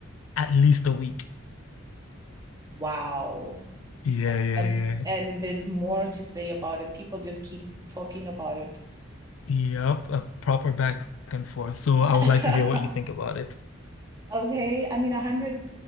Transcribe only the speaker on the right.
Wow.
And
and there's more to say about it. People just keep talking about it.
<laughs>
Okay, I mean, 100